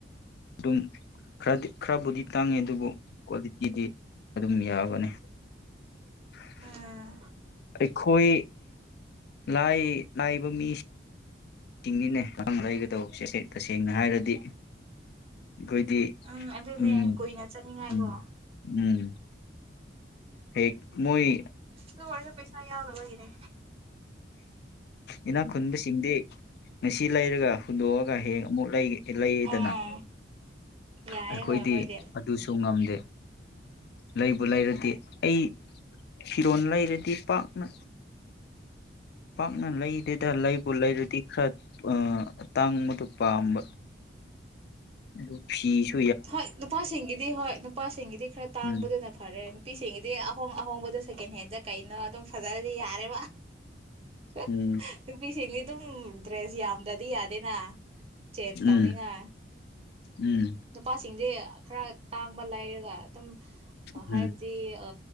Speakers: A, on the left (about 60°); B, on the right (about 35°).
A: ꯑꯗꯨꯝ ꯈꯔꯗꯤ ꯈꯔꯕꯨꯗꯤ ꯇꯥꯡꯉꯤ ꯑꯗꯨꯕꯨ ꯀ꯭ꯋꯥꯂꯤꯇꯤꯗꯤ ꯑꯗꯨꯝ ꯌꯥꯕꯅꯤ <unintelligible>
B: ꯎꯝ
A: ꯑꯩꯈꯣꯏ ꯂꯥꯏ ꯂꯥꯏꯕ ꯃꯤ ꯆꯤꯡꯉꯤꯅꯦ ꯑꯍꯪ ꯂꯩꯒ ꯇꯧꯕꯁꯦ ꯇꯁꯦꯡꯅ ꯍꯥꯏꯔꯗꯤ ꯑꯩꯈꯣꯏꯗꯤ
B: ꯎꯝ ꯑꯗꯨꯅꯦ
A: ꯎꯝ
B: ꯀꯨꯏꯅ ꯆꯠꯅꯤꯡꯉꯥꯏꯕꯣ
A: ꯎꯝ ꯎꯝ ꯍꯦꯛ ꯃꯣꯏꯣꯏ
B: ꯑꯗꯨ ꯋꯥꯔꯁ ꯄꯩꯁꯥ ꯌꯥꯎꯕꯂꯒꯅꯦ
A: ꯏꯅ ꯈꯨꯟꯗ ꯁꯤꯡꯗꯤ ꯉꯁꯤ ꯂꯩꯔꯒ ꯍꯨꯟꯗꯣꯛꯑꯒ ꯍꯌꯦꯡ ꯑꯃꯨꯛ ꯂꯩꯒꯦ ꯏ ꯂꯩꯗꯅ
B: ꯎꯝ ꯌꯥꯏꯌꯦ
A: ꯑꯩꯈꯣꯏꯗꯤ
B: ꯍꯣꯏ ꯃꯣꯏꯗꯤ
A: ꯑꯗꯨꯁꯨ ꯉꯝꯃꯤ ꯂꯩꯕꯨ ꯂꯩꯔꯗꯤ ꯑꯩ ꯐꯤꯔꯣꯟ ꯂꯩꯔꯗꯤ ꯄꯥꯛꯅ ꯄꯥꯛꯅ ꯂꯩꯗꯗ ꯂꯩꯕꯨ ꯂꯩꯔꯗꯤ ꯈꯔ ꯇꯥꯡꯕꯗꯨ ꯄꯥꯝꯕ ꯑꯗꯨ ꯐꯤꯁ
B: ꯍꯣꯏ ꯅꯨꯄꯥꯁꯤꯡꯒꯤꯗꯤ ꯍꯣꯏ ꯅꯨꯄꯥꯁꯤꯡꯒꯤꯗꯤ ꯈꯔ ꯇꯥꯡꯕꯗꯨꯅ
A: ꯎꯝ
B: ꯐꯔꯦ ꯅꯨꯄꯤꯁꯤꯡꯒꯤꯗꯤ ꯑꯍꯣꯡ ꯑꯍꯣꯡꯕꯗꯣ ꯁꯦꯀꯦꯟ ꯍꯦꯟꯗ ꯀꯩꯅꯣ ꯑꯗꯨꯝ ꯐꯖꯔꯗꯤ ꯌꯥꯏ <inaudible>
A: ꯎꯝ
B: ꯁꯤꯃꯤꯗ ꯗ꯭ꯔꯦꯁ ꯌꯥꯝꯗ꯭ꯔꯗꯤ ꯌꯥꯗꯦꯅ ꯆꯦꯟꯖ
A: ꯎꯝ
B: ꯇꯧꯅꯤꯉꯥꯏ
A: ꯎꯝ
B: ꯅꯨꯄꯥꯁꯤꯡꯗꯤ ꯈꯔ ꯇꯥꯡꯕ ꯂꯩꯔꯒ ꯑꯗꯨꯝ
A: ꯎꯝ
B: ꯍꯥꯏꯕꯗꯤ ꯑ